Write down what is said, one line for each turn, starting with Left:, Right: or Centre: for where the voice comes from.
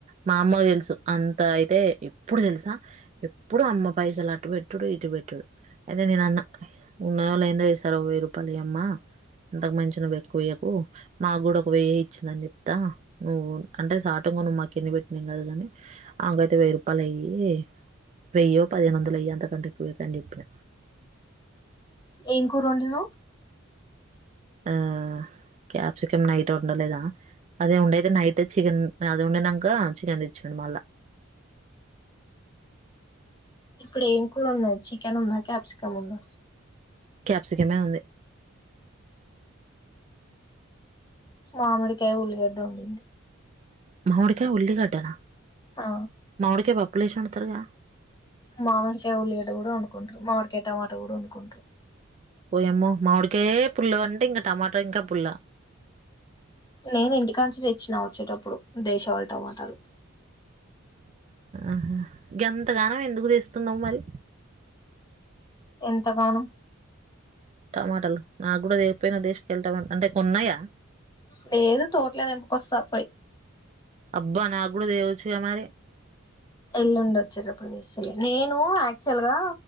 Right: మా అమ్మకు తెలుసు అంత అయితే ఎప్పుడు తెలుసా ఎప్పుడు అమ్మ పైసలు అటు పెట్టుడు ఇటు పెట్టుడు అయితే నేను అన్న ఉన్నాయో లేందో ఈసారి వెయ్యి రూపాయలు ఇయ్యి అమ్మ ఇంతకుమించి నువ్వు పెట్టుకోకు మాకు కూడా ఒక వెయ్యే ఇచ్చిందని చెప్తా నువ్వు అంటే సాటుంగాను మాకి ఎన్ని పెట్టిందో గానీ అమెకు అయితే వెయ్యి రూపాయలు ఇయ్యి వెయ్యో పదిహేను వందలో ఇయ్యి అంతకంటే ఎక్కువ ఇయ్యాకు అని చెప్పిన
Left: ఏం కూర వండినవ్
Right: ఆ క్యాప్సికం నైట్ వండలేదా అదే ఉండేఅయితే నైట్ చికెన్ అది వండినంకా చికెన్ తెచ్చిండు మళ్ళా
Left: ఇప్పుడు ఏం కూర ఉన్నాడి చికెన్ ఉందా క్యాప్సికమ్ ఉందా
Right: క్యాప్సికమే ఉంది
Left: మామిడికాయ ఉల్లిగడ్డ వండింది
Right: మామిడికాయ ఉల్లిగడ్డ నా
Left: ఆ
Right: మామిడికాయ పప్పు పాపులేషన్ వండుతారు గా
Left: మామిడికాయ ఉల్లిగడ్డ కూడా వండుకుంటారు మామిడికాయ టమాట కూడా వండుకుంటారు
Right: వయమ్మో మామిడికే పుల్ల అంటే ఇంకా టమాట ఇంకా పుల్ల
Left: నేను ఇంటికాంచి తెచ్చినా వచ్చేటప్పుడు దేశవళి టమాటాలు
Right: ఆహా గంత గానం ఎందుకు తెస్తున్నావు మరి
Left: ఎంతగానం
Right: టమాటాలు నాకు కూడా లేకపోయినా దేశవాలి టమాటలు అంటే కొన్నాయా
Left: లేదు తోట్ల తెంపుకొస్తా పోయి
Right: అబ్బా నాకు కూడా తేవచ్చు కదా మరి
Left: ఎల్లుండి వచ్చేటప్పుడు తెస్తాలే నేను యాక్చువల్ గా